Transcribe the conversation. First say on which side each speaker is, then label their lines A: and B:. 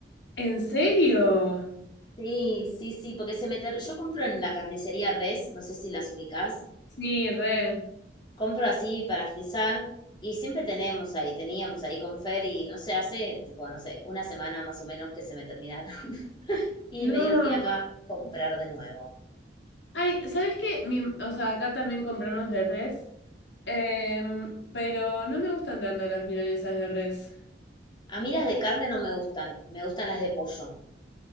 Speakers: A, on the left (about 80°); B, on the left (about 25°).
A: ¿En serio?
B: Sí, sí, sí, porque se me... ter- Yo compro en la carnicería Res, no sé si las ubicás,
A: Sí, re.
B: compro así para frizar y siempre tenemos ahí, teníamos ahí con Fer y no sé, hace tipo, no sé, una semana más o menos que se me terminaron <laughs> y
A: No.
B: me dio fiaca comprar de nuevo.
A: Ay, ¿sabes qué? Mi- o sea, acá también compramos de res, em, pero no me gustan tanto las milanesas de res.
B: A mí las de carne no me gustan, me gustan las de pollo.